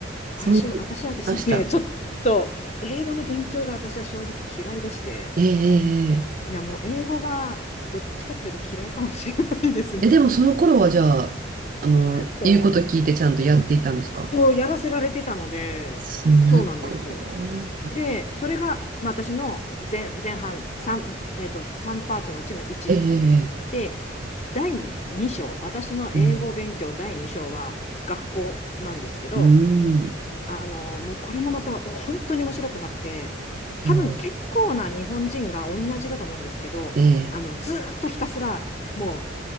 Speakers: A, on the left; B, on the right.
A: 私、
B: <laughs> そういう、
A: 私はですね、
B: いました。
A: <laughs> ちょっと英語の勉強が私は正直嫌いでして、
B: えええええ
A: いやもう英語がどっちかっていうと嫌いかもしれないですね。
B: ええでもその頃はじゃあ、あの、
A: そう。
B: 言うこと聞いてちゃんとやっていたんですか
A: そうやらせられてたので、
B: すご
A: そうなんですよ。で、それが、まあ、私の前、前半 3, えっと、3パーツのうちの1ですよね。
B: い。ええ
A: で、第2章、私の英語勉強第2章は学校なんですけど、
B: うん、うん、
A: あの、もうこれもまたお本当に面白くなくて、多分結構な日本人が同じだと思うんですけど、
B: ほう、
A: あの、
B: ええ
A: ずーっとひたすらも